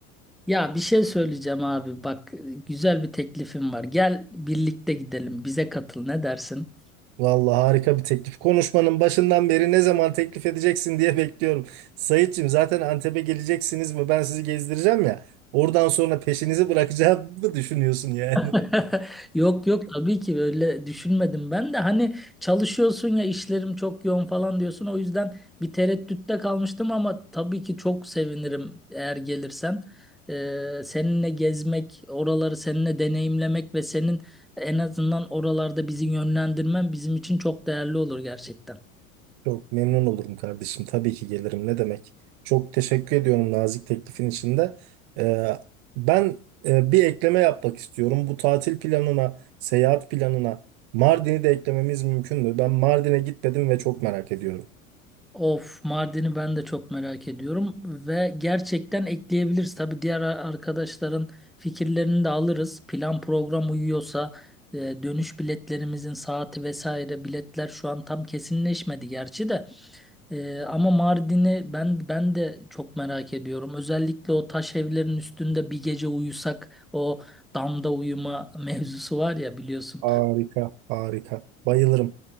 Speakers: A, in the centre; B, on the right.
A: Ya bir şey söyleyeceğim abi. Bak güzel bir teklifim var. Gel birlikte gidelim. Bize katıl. Ne dersin?
B: Vallahi harika bir teklif. Konuşmanın başından beri ne zaman teklif edeceksin diye bekliyorum. Sayitçim zaten Antep'e geleceksiniz ve ben sizi gezdireceğim ya. Oradan sonra peşinizi bırakacağımı düşünüyorsun yani.
A: <laughs> Yok yok tabii ki öyle düşünmedim ben de hani çalışıyorsun ya işlerim çok yoğun falan diyorsun o yüzden bir tereddütte kalmıştım ama tabii ki çok sevinirim eğer gelirsen. Ee, seninle gezmek, oraları seninle deneyimlemek ve senin en azından oralarda bizi yönlendirmen bizim için çok değerli olur gerçekten.
B: Çok memnun olurum kardeşim. Tabii ki gelirim. Ne demek? Çok teşekkür ediyorum nazik teklifin içinde. Ee, ben e, bir ekleme yapmak istiyorum. Bu tatil planına, seyahat planına Mardin'i de eklememiz mümkün mü? Ben Mardin'e gitmedim ve çok merak ediyorum.
A: Of Mardin'i ben de çok merak ediyorum ve gerçekten ekleyebiliriz. Tabii diğer ar- arkadaşların fikirlerini de alırız. Plan program uyuyorsa e, dönüş biletlerimizin saati vesaire biletler şu an tam kesinleşmedi gerçi de. E, ama Mardin'i ben ben de çok merak ediyorum. Özellikle o taş evlerin üstünde bir gece uyusak o damda uyuma <laughs> mevzusu var ya biliyorsun.
B: Harika, harika. Bayılırım.